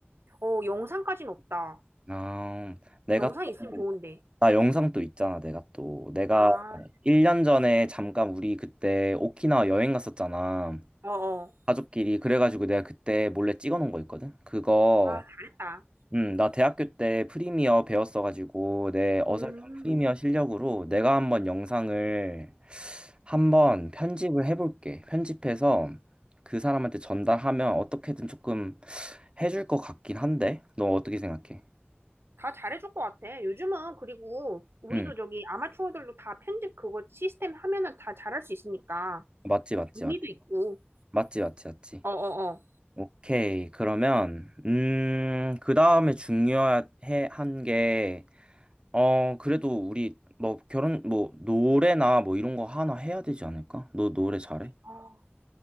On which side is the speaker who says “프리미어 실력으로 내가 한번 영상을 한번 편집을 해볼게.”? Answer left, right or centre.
Right